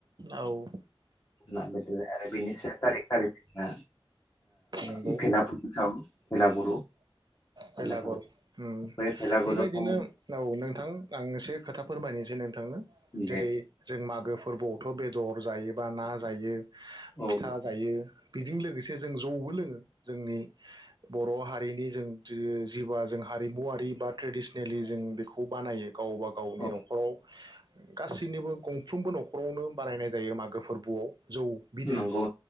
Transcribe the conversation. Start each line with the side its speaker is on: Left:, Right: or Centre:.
Right: औ
Left: नाजों आरो बिनिस थारिख-थारिख आ
Right: नंगौ
Left: ओ भेला फुथाम भेलागुरु
Right: बेलागुर
Left: भेलागुरु
Right: उं
Left: बे भेलागुरुखौ
Right: बेबायदिनो औ नोंथां आं एसे खोथा फोरमायनोसै नोंथांनो
Left: दे
Right: जेरै जों मागो फोरबोआवथ बेदर जायोबा ना जायो
Left: औ
Right: फिथा जायो बेजों लोगोसे जों जौबो लोंङो जोंनि बर हारिनि जों जो जिवा जों हारिमुवारि बा ट्रेडिसनेलि जों बेखौ खौ बानायो गावबा गावनि
Left: औ नंगौ औ
Right: नखराव गासैनिबो गंफ्रोमबो न'ख न'खरावनो बानायनाय जायो मागो फोरबोआव जौ बिदै
Left: नंगौ